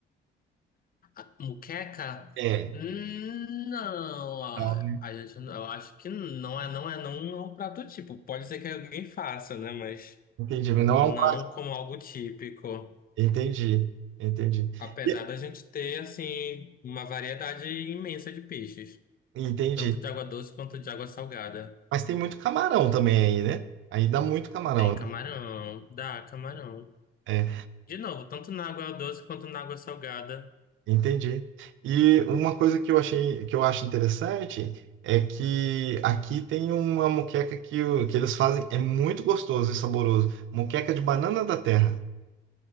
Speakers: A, on the left; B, on the right.
A: a Muqueca?
B: É.
A: Hum, Não, a
B: Não,
A: a gente, não- eu acho que não é, não é, não é um prato típico. Pode ser que alguém faça, né? Mas
B: entendi. Mas não é
A: não
B: um prato.
A: como algo típico.
B: Entendi. Entendi.
A: Apesar
B: E-
A: da gente ter, assim, uma variedade imensa de peixes,
B: Entendi.
A: tanto de água doce quanto de água salgada.
B: Mas tem muito camarão também aí, né? Aí dá muito camarão,
A: Tem
B: né?
A: camarão, dá camarão.
B: É.
A: De novo, tanto na água doce quanto na água salgada.
B: Entendi. E uma coisa que eu achei, que eu acho interessante é que aqui tem uma moqueca que, o- que eles fazem, é muito gostoso e saboroso. Moqueca de banana da terra.